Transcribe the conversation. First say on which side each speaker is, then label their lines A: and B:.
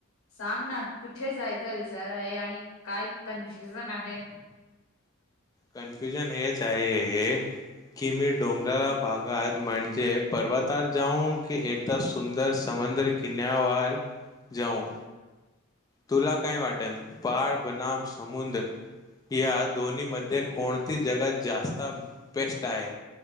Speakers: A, on the left; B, on the left.
A: सांग ना कुठे जायचा विचार आहे आणि काय कन्फ्युजन आहे?
B: कन्फ्युजन हेच आहे हे कि मी डोंगराळा भागात म्हणजे पर्वतावर जाऊ की एकदा सुंदर सम मंदर कन्या वर जाऊ तुला काय वाटन पहाड बनाम समुद्र या दोन्ही मध्ये कोणती जगा जास्त बेस्ट आहे.